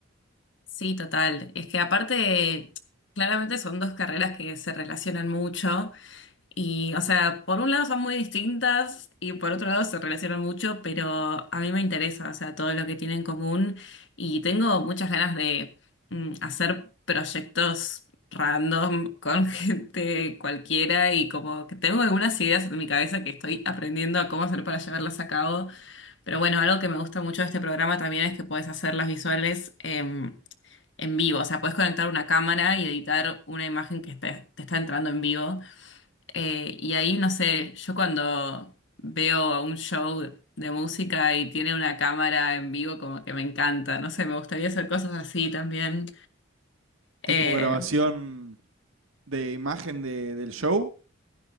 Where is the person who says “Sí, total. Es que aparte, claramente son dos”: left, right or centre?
Left